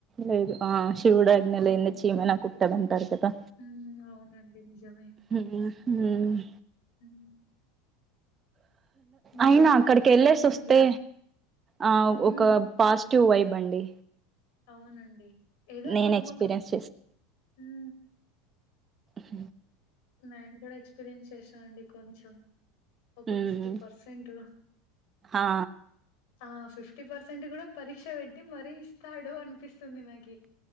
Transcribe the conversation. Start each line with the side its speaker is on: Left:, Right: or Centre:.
Right: లేదు ఆ శివుడు ఆజ్ఞలేందే
Left: ఉమ్
Right: చీమైనా కుట్టాదాంటారు కదా
Left: ఉమ్ అవునండి నిజమే
Right: ఇంకా ఉ హు
Left: ఉమ్ ఇంకేంటండి
Right: అయినా అక్కడికి వెళ్ళేసి
Left: సర్లే
Right: వస్తే
Left: అండి
Right: ఆ ఒక
Left: ఉమ్
Right: పాస్ట్ పాజిటివ్ వైబ్ అండి
Left: అవునండి ఏదో
Right: నేను
Left: నమ్మకం
Right: ఎక్స్పీరియన్స్
Left: ఉ
Right: హ
Left: నేను కూడా ఎక్స్పీరియన్స్ చేసానండి కొంచెం ఒక
Right: ఉమ్
Left: ఫిఫ్టీ పర్సెంట్
Right: ఆ
Left: ఆ ఫిఫ్టీ పర్సెంట్ కూడా పరీక్ష పెట్టి మరీ ఇస్తాడు అనిపిస్తుంది నాకి